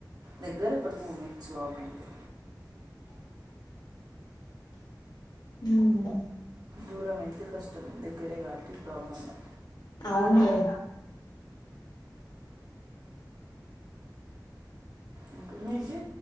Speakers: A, on the right; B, on the left.
A: దగ్గర ఒక టూ మినిట్స్ వాక్ అంతె
B: హుమ్
A: దూరం అయితే కష్టం దగ్గరే కాబట్టి ప్రాబ్లం లె
B: అవును లె
A: ఇంక మీకి